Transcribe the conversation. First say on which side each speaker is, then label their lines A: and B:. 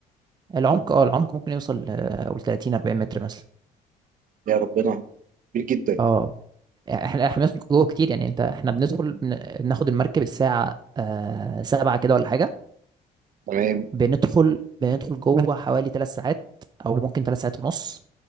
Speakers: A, on the right (about 25°); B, on the right (about 50°).
A: العمق اه العمق ممكن يوصل آه، قول 30 40 متر مثلا
B: يا ربنا كبير جدا
A: اه احنا احنا بندخل جوه كتير يعني انت احنا بندخل بن- بناخد المركب الساعة آه سبعة كده ولا حاجة
B: تمام
A: بندخل بندخل جوه حوالي ثلاث ساعات او ممكن ثلاث ساعات ونص